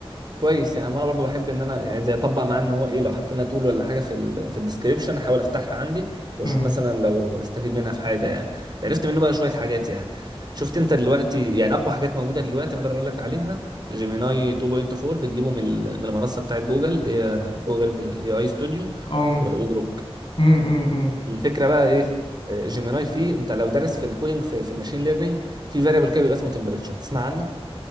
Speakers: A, on the right (about 45°); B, on the left (about 65°).
A: كويس يعني انا برضو بحب ان انا يعني زي اطبق معاه ان هو ايه لو حط لنا تول ولا حاجه في ال في الديسكربشن احاول افتحها عندي واشوف
B: امم
A: مثلا لو استفيد منها في حاجه يعني عرفت منه بقى شويه حاجات يعني شفت انت دلوقتي يعني اقوى حاجات موجوده دلوقتي اقدر اقول لك عليها جيميناي 2.4 بتجيبه من ال- من المنصه بتاعت جوجل اللي هي جوجل اي اي ستوديو
B: ام
A: و- وجروك
B: امم
A: الفكره بقى ايه جيميناي فيه انت لو دارس في الكودينج في, في الماشين ليرنينج في فاريبل كده بيبقى اسمه تمبريتشر تسمع عنه